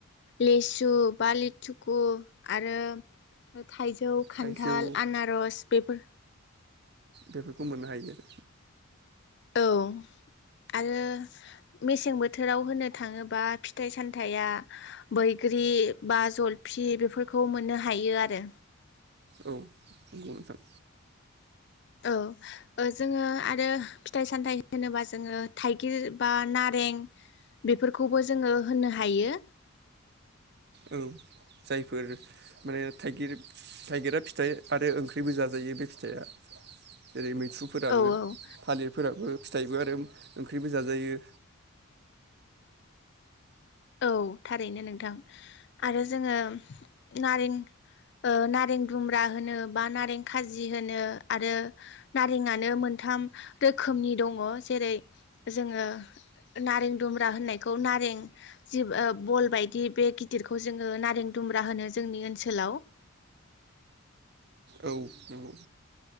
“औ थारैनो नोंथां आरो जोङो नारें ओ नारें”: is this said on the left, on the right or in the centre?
Left